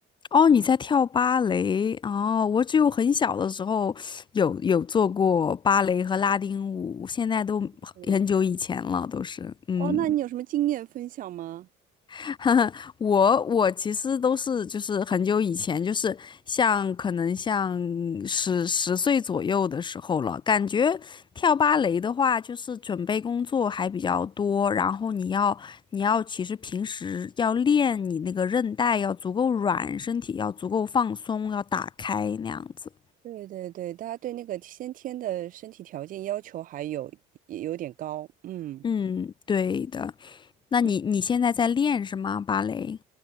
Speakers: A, on the left; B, on the right.
A: 哦，你在跳芭蕾哦，我只有很小的时候有有做过芭蕾和拉丁舞，现在都
B: 嗯，
A: 很久以前了，都是，嗯。
B: 哦，那你有什么经验分享吗？
A: <laughs> 哈哈，我我其实都是就是很久以前，就是像可能像十十岁左右的时候了。感觉跳芭蕾的话，就是准备工作还比较多，然后你要你要其实平时要练你那个韧带要足够软，身体要足够放松，要打开那样子。
B: 对对对，大家对那个先天的身体条件要求还有也有点高，嗯。
A: 嗯，对的。那你你现在在练是吗？
B: 嗯，
A: 芭蕾？